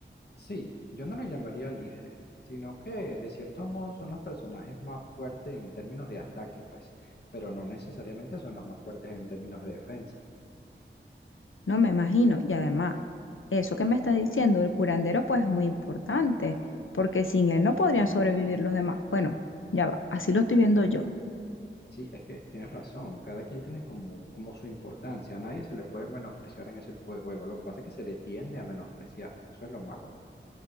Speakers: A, on the left; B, on the left.
A: Sí, yo no los llamaría líderes, sino que de cierto modo son los personajes más fuertes en términos de ataque, pues, pero no necesariamente son los más fuertes en términos de defensa.
B: No me imagino. Y además, eso que me estás diciendo, el curandero, pues es muy importante, porque sin él no podrían sobrevivir los demás. Bueno, ya va, así lo estoy viendo yo.
A: Sí, es que tienes razón, cada quien tiene como, como su importancia, a nadie se le puede menospreciar en ese tipo de juego, lo que pasa es que se le tiende a menospreciar, eso es lo malo.